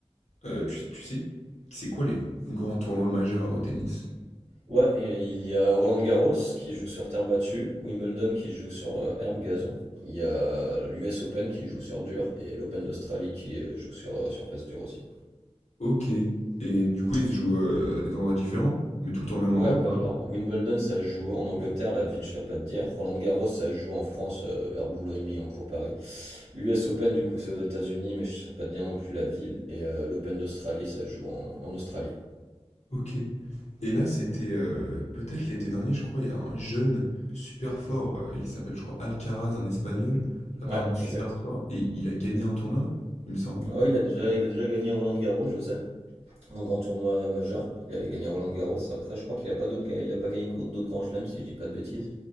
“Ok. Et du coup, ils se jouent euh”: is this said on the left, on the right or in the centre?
Left